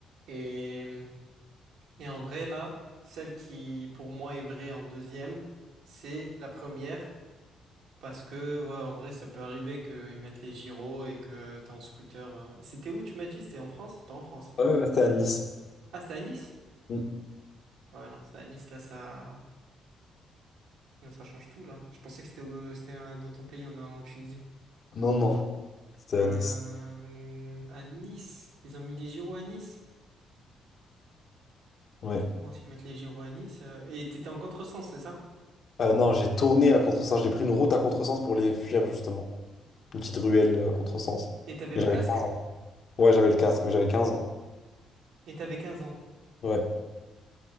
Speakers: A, on the right (about 85°); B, on the left (about 55°).
A: Et, et en vrai, là, celle qui, pour moi, est vraie en deuxième, c'est la première. Parce que, ouais, en vrai, ça peut arriver qu'ils mettent les gyros et que t'es en scooter. euh. C'était où, tu m'as dit? C'était en France? C'est pas en France.
B: Ouais, ouais, c'était à Nice.
A: Ah, c'était à Nice?
B: Mm.
A: Ouais, non, c'était à Nice, là, ça. Ah, Ça change tout là. Je pensais que c'était au- c'était euh, dans ton pays, en, en Tunisie.
B: Non, non, c'était
A: Euh,
B: à Nice.
A: à Nice, ils ont mis les gyros à Nice.
B: Ouais.
A: Bon, s'ils mettent les gyros à Nice. euh, Et t'étais en contresens, c'est ça?
B: Euh, non, j'ai tourné à contresens. J'ai pris une route à contresens pour les fuir, justement. Une petite ruelle euh, à contresens.
A: Et t'avais
B: Mais
A: le
B: J'avais
A: casque
B: 15 ans. Ouais, j'avais le casque, mais j'avais 15 ans.
A: et t'avais 15 ans.
B: Ouais,